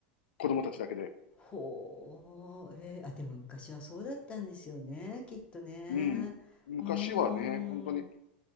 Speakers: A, on the left (about 85°); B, on the left (about 20°).
A: 子供たちだけで。
B: ほう、えー、あ、でも昔はそうだったんですよね、きっとね。
A: うん。昔はね、
B: うーん。
A: 本当に。